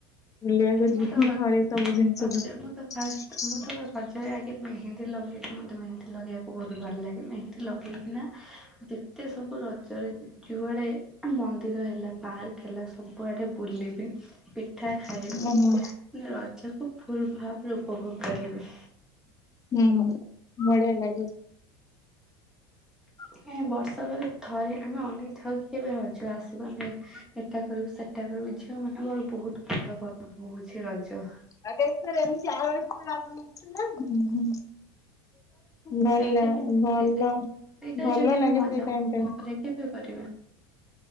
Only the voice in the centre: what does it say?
ମୁଁ ତ
ରଜ ମୁଁ ତ ଫାଷ୍ଟ ମୁଁ ତ ରଜରେ ଆଗେ ମେହେନ୍ଦୀ ଲଗେଇବ ମୋତେ ମେହେନ୍ଦୀ ଲଗେଇବାକୁ ବହୁତ ଭଲ ଲାଗେ ମେହେନ୍ଦୀ ଲଗେଇକିନା ଯେତେ ସବୁ ରଜରେ ଜୁଆଡ଼େ ମନ୍ଦିର ହେଲା ପାର୍କ ହେଲା ସବୁଆଡ଼େ ବୁଲିବି ପିଠା ଖାଇବି
ରଜକୁ ଫୁଲ ଭାବରେ ଉପଭୋଗ କରିବି।
ହଁ ବର୍ଷକ ରେ ଥରେ ଆମେ ଅନେଇ ଥାଉ କେବେ ରଜ ଆସିବ ଆମେ ଏଇଟା କରିବୁ ସେ ଟା କରିବୁ ଝିଅ ମାନଙ୍କର ବହୁତ ବଡ଼ ପର୍ବ ହଉଛି ରଜ।
ସେଇଟାରେ
ସେଇଟା ସେଇଟାରେ
ଯଦି ଆମେ
ମଜାମସ୍ତି
ନ କରିବା କେବେ କରିବ।